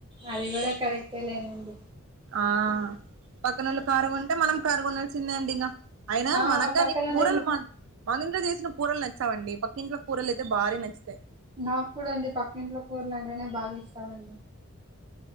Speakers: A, on the right; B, on the right.
A: అది కూడా కరెక్టే లేండి
B: ఆ పక్కనోళ్ళు కారు కొంటే మనం కారు కొనాల్సిందే అండి ఇగ అయినా
A: ఆ
B: మనక్కాని
A: పక్కనోళ్ళ
B: కూరలు మా మన ఇంట్లో చేసిన కూరలు నచ్చావండి పక్కింట్లో కూరలు అయితే భారీ నచ్చుతాయి
A: నాకు కూడా అండి పక్కింట్లో కూరలు అంటేనే బాగా ఇస్తామండి